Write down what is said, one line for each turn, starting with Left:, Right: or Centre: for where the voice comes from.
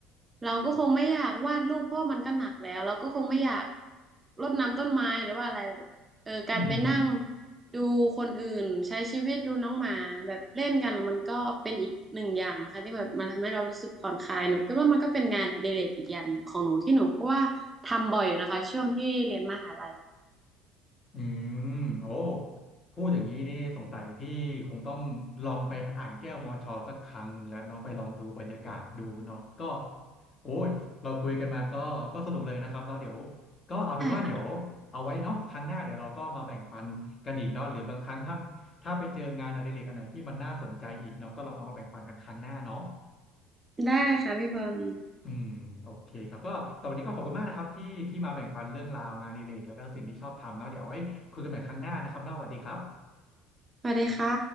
Right: เราก็คงไม่อยากวาดรูปเพราะว่ามันก็หนักแล้วเราก็คงไม่อยากรดน้ำต้นไม้หรือว่าอะไรเออการไปนั่ง
Left: อืม
Right: ดูคนอื่นใช้ชีวิตดูน้องหมาแบบเล่นกันแล้วมันก็เป็นอีกหนึ่งอย่างนะคะที่แบบมันทำให้เรารู้สึกผ่อนคลายหนูคิดว่ามันก็เป็นงานอดิเรกอีกอย่างหนึ่งของหนูที่หนูก็ว่าทำบ่อยอยู่นะคะช่วงที่เรียนมหาลัย
Left: อืมโอ้พูดอย่างนี้นี่สงสัยพี่คงต้องลองไปอ่างแก้วมอชอสักครั้งหนึ่งแล้วเนาะไปลองดูบรรยากาศดูเนาะก็โอ้ยเราคุยกันมาก็ก็สนุกเลยนะครับแล้วเดี๋ยวก็เอาเป็นว่าเดี๋ยวเอาไว้เนาะครั้งหน้าเดี๋ยวเราก็มาแบ่งปันกันอีกเนาะหรือบางครั้งถ้าถ้าไปเจองานอดิเรกอันไหนที่มันน่าสนใจอีกเนาะก็ลองเอามาแบ่งปันกันครั้งหน้าเนาะ
Right: ใช่ค่ะได้ค่ะพี่บอล
Left: อืมโอเคครับก็สำหรับวันนี้ก็ขอบคุณมากนะครับที่ที่มาแบ่งปันเรื่องราวงานอดิเรกแล้วก็สิ่งที่ชอบทำเนาะเดี๋ยวเอาไว้คุยกันใหม่ครั้งหน้านะครับเนาะสวัสดีครับ
Right: สวัสดีค่ะ